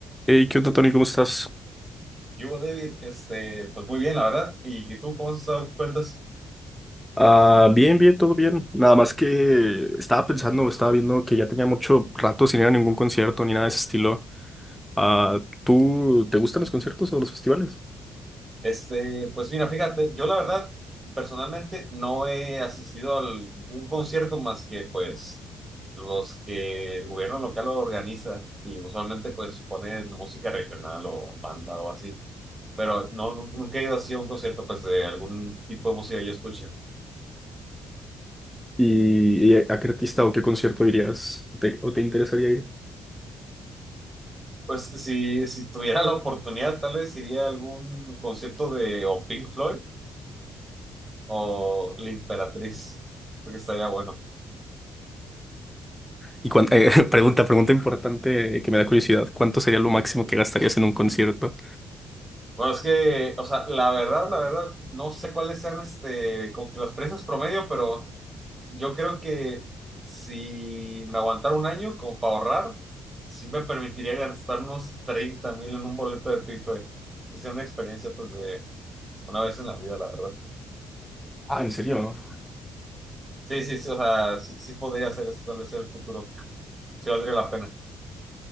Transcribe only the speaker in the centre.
Hey, ¿qué onda, Tony? ¿Cómo estás?
Ah, bien, bien, todo bien. Nada más que estaba pensando, estaba viendo que ya tenía mucho rato sin ir a ningún concierto ni nada de ese estilo. Ah, ¿tú te gustan los conciertos o los festivales?
¿Y, y a qué artista o qué concierto irías ¿Te- o te interesaría ir?
Y cuán- eh, <laughs> pregunta, pregunta importante que me da curiosidad. ¿Cuánto sería lo máximo que gastarías en un concierto?
Ah, ¿en serio?